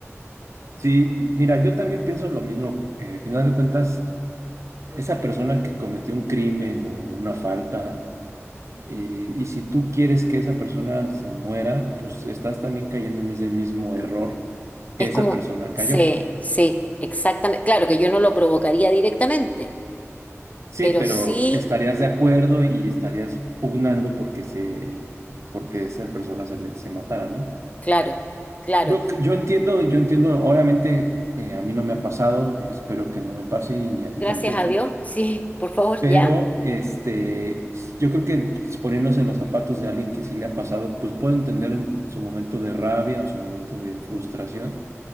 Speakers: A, on the right (about 65°); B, on the left (about 30°).
A: Sí, mira, yo también pienso lo mismo. eh, al final de cuentas, esa persona que cometió un crimen o una falta, eh, y si tú quieres que esa persona se muera, pues estás también cayendo en ese mismo error
B: Es
A: que esa
B: como,
A: persona cayó.
B: sí, sí, exactamente. Claro que yo no lo provocaría directamente,
A: Sí,
B: pero
A: pero
B: sí,
A: estarías de acuerdo y estarías pugnando porque se, porque esa persona se, le- se matara, ¿no?
B: claro, claro.
A: Yo, yo entiendo, yo entiendo, obviamente eh, a mí no me ha pasado, espero que no me pase y ni a ti
B: Gracias
A: tampoco,
B: a Dios. <laughs> Sí, por favor,
A: Pero
B: ya.
A: este, yo creo que pues, poniéndose en los zapatos de alguien que sí le ha pasado, pues puedo entender en su momento de rabia o su momento de frustración